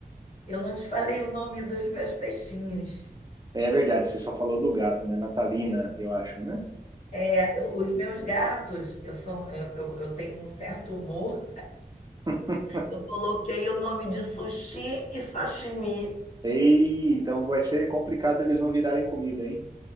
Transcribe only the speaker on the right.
É verdade, você só falou do gato, né? Natalina, eu acho, né?
<laughs>
Ei, então vai ser complicado eles não virarem comida, hein?